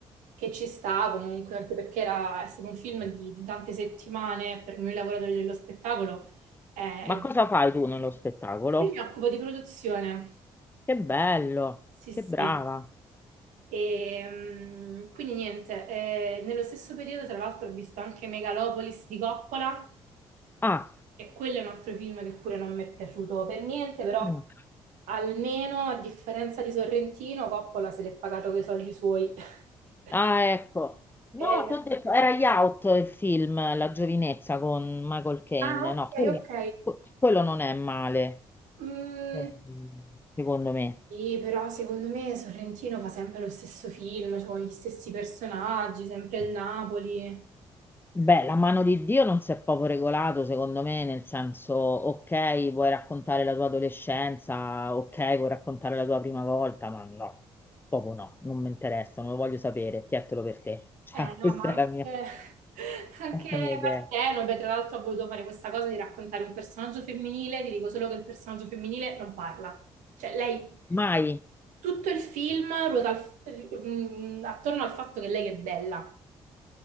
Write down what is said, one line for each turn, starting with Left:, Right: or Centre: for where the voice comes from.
Right: che ci sta comunque, anche perché era, è stato un film di, di tante settimane per noi lavoratori dello spettacolo. eh,
Left: Ma
Right: è-
Left: cosa fai tu nello spettacolo?
Right: Io mi occupo di produzione.
Left: Che bello,
Right: Sì,
Left: che
Right: sì.
Left: brava.
Right: E, mm, quindi niente, eh, nello stesso periodo tra l'altro ho visto anche Megalopolis di Coppola
Left: Ah.
Right: e quello è un altro film che pure non mi è piaciuto per niente, però
Left: mm.
Right: almeno a differenza di Sorrentino, Coppola se l'è pagato con i soldi suoi. <laughs>
Left: Ah, ecco. No,
Right: Eh,
Left: ti ho detto, era Youth il film, La giovinezza con Michael Caine.
Right: ah, ok,
Left: No, quello,
Right: ok.
Left: quello non è male,
Right: Mm,
Left: ehm, secondo me.
Right: sì, però secondo me Sorrentino fa sempre lo stesso film, cioè con gli stessi personaggi, sempre il Napoli.
Left: Beh, La mano di Dio non si è proprio regolato, secondo me, nel senso, ok, puoi raccontare la tua adolescenza, ok, puoi raccontare la tua prima volta, ma no, proprio no, non mi interessa, non lo voglio sapere, chiettelo per te. Cioè,
Right: Eh no,
Left: <laughs> questa
Right: ma anche,
Left: è la mia,
Right: <laughs> anche
Left: è la mia idea.
Right: Partenope, tra l'altro, ha voluto fare questa cosa di raccontare un personaggio femminile, ti dico solo che il personaggio femminile non parla. Cioè, lei,
Left: Mai.
Right: tutto il film ruota al- mm, attorno al fatto che lei è bella.